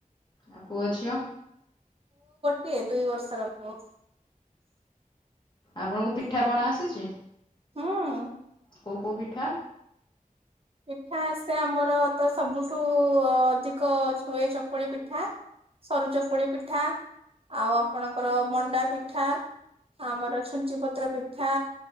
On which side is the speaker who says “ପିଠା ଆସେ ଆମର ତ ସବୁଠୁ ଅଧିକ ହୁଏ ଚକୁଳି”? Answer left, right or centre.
Right